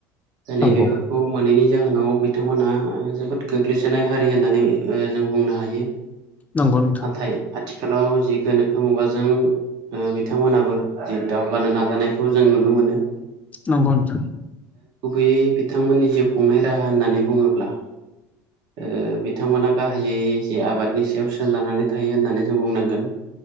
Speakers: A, on the right; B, on the left.
A: नैबेफोरखौ
B: नंगौ
A: मोनैनि जाहोनाव बिथांमोना ओ जोबोद गोग्लैसोनाय हारि होननानै जों बुंनो हायो नाथाय
B: नंगौ नोंथां
A: आथिखालाव जि गोनो खो मुगाजों ओ बिथांमोनाबो जि दावगानो नाजानायखौ जों नुनो मोनो
B: नंगौ नोंथां।
A: बि थांमोननि जिउ खुंनाय राहा होननानै बुङोब्ला ओ बिथांमोना गाहायै जे आबादनि सायाव सोनारनानै थायो होननानै जों बुंनांगोन